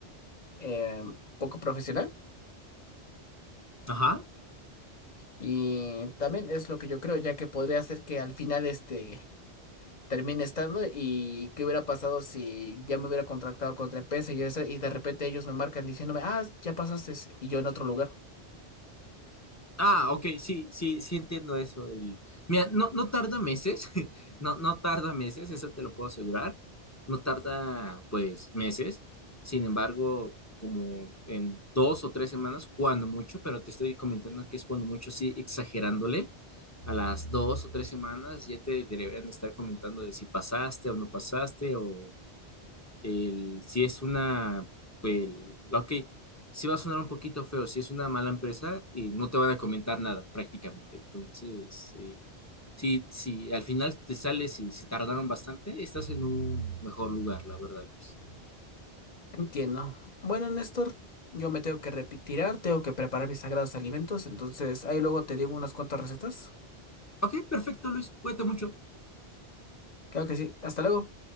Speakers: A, on the left (about 40°); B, on the left (about 15°).
A: eh, poco profesional.
B: Ajá.
A: Y también es lo que yo creo, ya que podría ser que al final este termine estando y qué hubiera pasado si ya me hubiera contractado contra empresa y, eso y de repente ellos me marcan diciéndome, ah, ya pasaste y yo en otro lugar.
B: Ah, ok, sí, sí, sí entiendo eso. del- Mira, no, no tarda meses, <laughs> no, no tarda meses, eso te lo puedo asegurar. No tarda, pues, meses. Sin embargo, como en dos o tres semanas, cuando mucho, pero te estoy comentando que es cuando mucho, sí, exagerándole. A las dos o tres semanas ya te deberían estar comentando de si pasaste o no pasaste o el, si es una, el, ok, si va a sonar un poquito feo, si es una mala empresa, y no te van a comentar nada prácticamente. Entonces, eh, si, si al final te sales y se tardaron bastante, estás en un mejor lugar, la verdad, Luis.
A: Entiendo. Bueno, Néstor, yo me tengo que retirar, tengo que preparar mis sagrados alimentos, entonces ahí luego te digo unas cuantas recetas.
B: Ok, perfecto, Luis, cuídate mucho.
A: Claro que sí. Hasta luego.